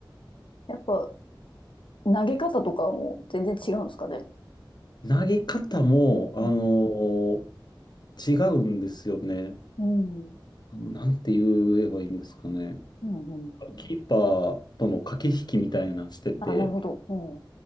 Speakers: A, on the left; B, on the left.
A: やっぱ投げ方とかも全然違うんですかね。
B: 投げ方も、あの
A: うん。
B: 違うんですよね。
A: うん。う
B: なんて言えばいいんですかね。
A: ん。うん
B: キーパーとの駆け引きみたいなしてて、
A: あ、なるほど。うん。